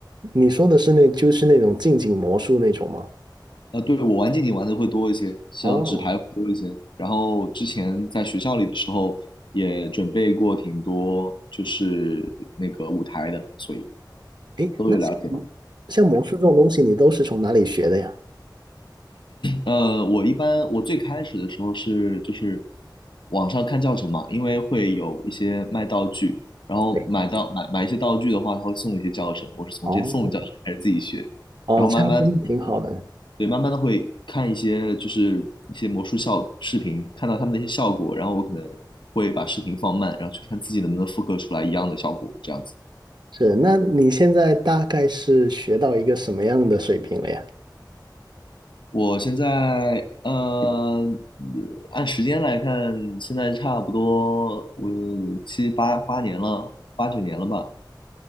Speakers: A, on the right (about 65°); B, on the left (about 85°).
A: 你说的是那就是那种近景魔术那种吗？
B: 呃，对，我玩竞技玩的会多一些，像纸牌会多一些。
A: 哦，
B: 然后之前在学校里的时候也准备过挺多，就是那个舞台的，所以
A: 诶，
B: 都有了解吧。
A: 那像魔像魔术这种东西，你都是从哪里学的呀？
B: 呃，我一般我最开始的时候是就是网上看教程嘛，因为会有一些卖道具，然后买到买买一些道具的话，
A: 对，
B: 他会送一些教程，我是从这些送的教程开始自己学，
A: 哦哦，
B: 然后慢慢的。
A: 这样真的挺好的。
B: 对，慢慢的会看一些就是一些魔术效视频，看到他们的一些效果，然后我可能会把视频放慢，然后去看自己能不能复刻出来一样的效果，这样子。
A: 是，那你现在大概是学到一个什么样的水平了呀？
B: 我现在呃，按时间来看，现在差不多我七八八年了，八九年了吧。